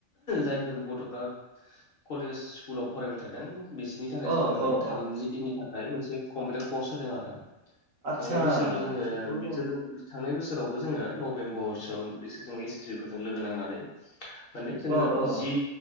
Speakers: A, on the left (about 50°); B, on the right (about 85°).
A: जायफोर गथ'फ्रा कलेज स्कुलाव फरायबाय थादों बिसोरनि थाखाय
B: अ
A: जोङो माने
B: अ
A: थामजि
B: अ
A: दिननि था खाय मोनसे कम्पिउटार कर्स होदों आरो
B: आतसा
A: थांनाय बोसोरबो जोङो
B: जोबोद मोजां
A: बिसोरजों थांनाय बोसोरावबो जोङो नभेम्बरसोआव बिसोरजों एस एस बि फोरजों लोगो नांनानै माने
B: अ
A: जोङो
B: अ अ
A: जि